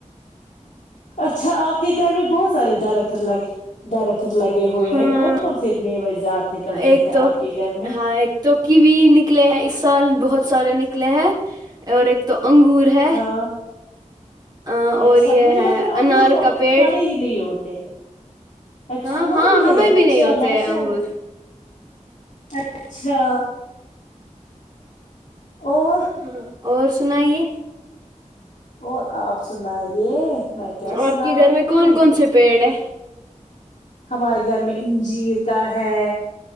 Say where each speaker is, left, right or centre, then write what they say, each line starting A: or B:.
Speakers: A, on the left; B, on the right.
A: اچھا آپ کے گھر میں بہت سارے درخت لگے درخت لگے ہوئے
B: ہاں
A: ہیں کون کون سے مو جات نکلتے
B: ایک
A: ہیں
B: تو
A: آپ کے گھر میں
B: ہاں ایک تو کیوی نکلے ہیں اس سال بہت سارے نکلے ہیں اور ایک تو انگور ہے
A: ہاں
B: اور
A: اچھا
B: یہ
A: مجھے
B: ہے
A: لگ رہا انگور
B: انار کا پیڑ
A: بڑے ہی نہیں ہوتے ہیں اچھا
B: ہاں
A: انار
B: ہاں
A: بھی
B: ہمیں
A: ہے اچھا
B: نہیں ہوتے
A: ماشاءاللہ
B: ہیں انگور
A: اچھا اور
B: ہاں اور سناائیے
A: اور آپ سنائیے میں کیا سناؤوں
B: آپ کے گھر میں کون کون پیڑ ہے
A: ہمارے گھر میں انجیر کا ہے